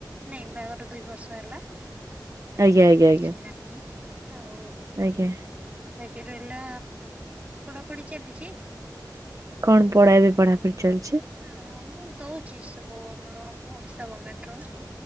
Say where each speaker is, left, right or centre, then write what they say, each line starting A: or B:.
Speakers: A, on the right; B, on the right.
A: ନାଇଁ ବାହାଘର ଦୁଇ ବର୍ଷ ହେଲା
B: ଆଜ୍ଞା
A: ପିଲାପିଲି
B: ଆଜ୍ଞା ଆଜ୍ଞା
A: କିଛି ନାହିଁ। ଆଉ।
B: ଆଜ୍ଞା।
A: ବାକି ରହିଲା ପଢାପଢି ଚାଲିଛି।
B: କଣ ପଢା ଏବେ ପଢାପଢି ଚାଲିଛି?
A: ହଁଁ ମୁଁ ଦଉଛି ସବୁ ଆମର ଓଡିଶା ଗମେଣ୍ଟର।